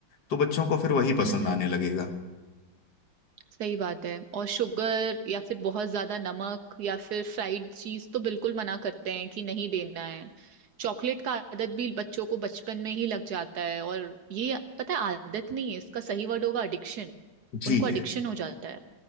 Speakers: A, on the left (about 55°); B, on the right (about 60°).
A: तो बच्चों को फिर वही पसंद
B: हम्म
A: आने लगेगा
B: सही बात है और शुगर या फिर बहुत ज्यादा नमक या फिर फ्राइड चीज तो बिल्कुल मना करते हैं कि नहीं देना है चॉकलेट का आदत भी बच्चों को बचपन में ही लग जाता है और ये पता है आदत नहीं है इसका सही वर्ड होगा एडिक्शन
A: जी
B: उनको एडिक्शन हो जाता है